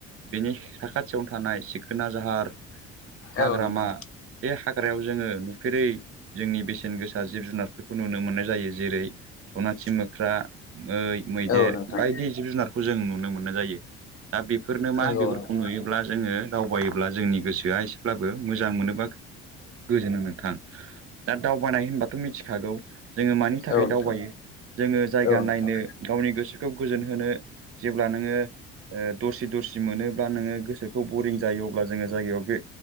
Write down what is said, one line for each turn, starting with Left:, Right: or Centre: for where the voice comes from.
Right: बिनि साखाथियावनो थानाय सिखोना जाहार हाग्रामा
Left: औ नोंथां
Right: बे हा ग्रायाव जोङो नुफेरै जोंनि बेसेन गोसा जिब जुनारफोरखौ नुनो मोननाय जायो जेरै सना थि मोख्रा, मै, मैदेर
Left: औ नोंथां
Right: बायदि जिब जुनारखौ जों नुनो मोननाय जायो। दा बेफोरनो मा
Left: नंगौ
Right: बेफोरखौ
Left: नोंथां
Right: नुयोब्ला जोङो दावबायोब्ला जोंनि गोसोआ एसे ब्लाबो मोजां मोनोबा गोजोनो नोंथां दा दावबायानाय होनबाथ' मिथि खागौ जोङो मानि थाखाय
Left: औ नोंथां
Right: दावबायो जोङो जायगा
Left: औ नोंथां
Right: नायनो गावनि गोसोखौ गोजोन होनो जेब्ला नोङो ओ दरसि दरसि मोनोब्ला नोङो गोसोखौ बरिं जायो अब्ला जोङो जायगायाव बे